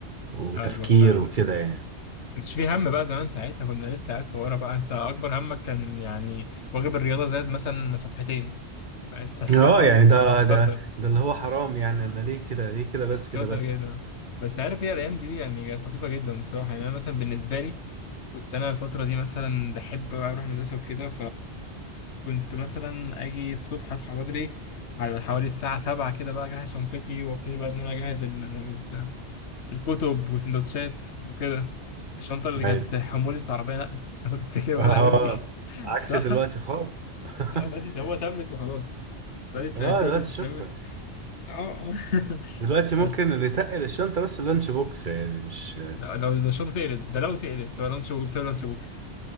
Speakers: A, on the right; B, on the left.
A: وتفكير
B: أيوة فعلا
A: وكده يعني
B: كنتش في هم بقى زمان ساعتها كنا لسه عيال صغيرة بقى أنت أكبر همك كان يعني واجب الرياضة زاد مثلا صفحتين فأنت <laughs>
A: اه
B: هتكون
A: يعني ده
B: متقدر
A: ده ده اللي هو حرام يعني انا ليه كده ليه كده
B: متقدر
A: بس كده بس
B: جدا بس عارف ايه الأيام دي يعني كانت لطيفة جدا بصراحة يعني أنا مثلا بالنسبة لي كنت أنا الفترة دي مثلا بحب بقى أروح المدرسة وكده كنت مثلا اجي الصبح اصحى بدري على حوالي الساعة سبعة كده بقى اجهز شنطتي وابتدي بقى ان انا اجهز ال- ال- الكتب وسندوتشات وكده الشنطة اللي كانت
A: ايوه
B: حمولة عربية نقل <laughs> لو تفتكر بقى
A: اه
B: الايام دي <laughs>
A: عكس
B: صح؟
A: دلوقتي خالص <laughs>
B: اه دلوقتي هو تابلت وخلاص دلوقتي
A: اه
B: تابلت
A: دلوقتي
B: الشباب
A: شكرا
B: بس. اه
A: دلوقتي
B: اه
A: ممكن
B: <laughs>
A: اللي تقل الشنطه بس اللانش بوكس يعني مش
B: ده- لو لو الشنطة تقلب ده لو تقلب طب لانش بوكس ولا لانش بوكس